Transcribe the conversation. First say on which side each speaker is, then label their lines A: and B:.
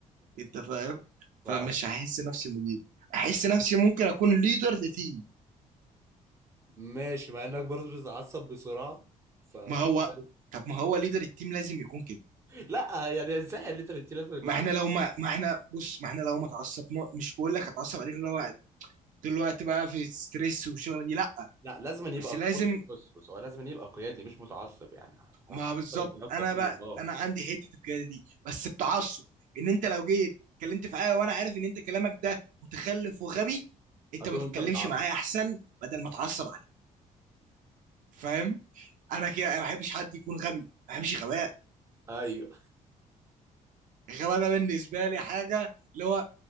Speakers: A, on the right (about 70°); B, on the right (about 20°).
A: انت فاهم فمش
B: اه
A: هحس نفسي مدير احس نفسي ممكن اكون ليدر لتيم
B: ماشي مع انك برضه بتتعصب بسرعه فانت
A: ما هو
B: <laughs>
A: طب ما هو ليدر التيم لازم يكون كده
B: لا يعني ازاي الليترتي لازم يكون
A: ما احنا
B: بتعصب
A: لو ما ما احنا بص ما احنا لو ما اتعصبنا مش بقول لك اتعصب عليك اللي هو طول الوقت بقى في ستريس والشغله دي لا
B: لا لازم أن يبقى
A: بس لازم
B: بص بص بص هو لازم أن يبقى قيادي مش متعصب يعني على على
A: ما
B: حسب
A: بالظبط
B: انت قصدك
A: انا
B: ايه
A: بقى
B: اه
A: انا عندي حته القياده دي بس بتعصب ان انت لو جيت اتكلمت في حاجه وانا عارف ان انت كلامك ده متخلف وغبي انت
B: هتقوم
A: ما تتكلمش
B: انت متعصب
A: معايا احسن بدل ما اتعصب عليك فاهم انا كده أنا ما بحبش حد يكون غبي ما بحبش غباء
B: ايوه
A: الغباء ده بالنسبه لي حاجه اللي هو